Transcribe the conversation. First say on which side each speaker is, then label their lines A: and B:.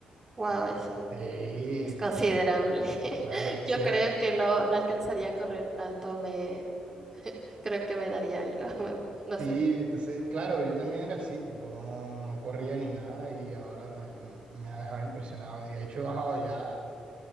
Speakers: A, on the right; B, on the right.
A: Wow,
B: Entonces,
A: eso
B: sí,
A: es considerable. <laughs>
B: claro, entonces,
A: Yo creo
B: ah,
A: que no, no alcanzaría a correr tanto, me <laughs> creo que me daría algo, <laughs> me- no
B: sí,
A: sé.
B: entonces, claro, yo también era así, tipo, no, no corría ni nada y ahora me, me ha dejado impresionado. Y de hecho he bajado ya.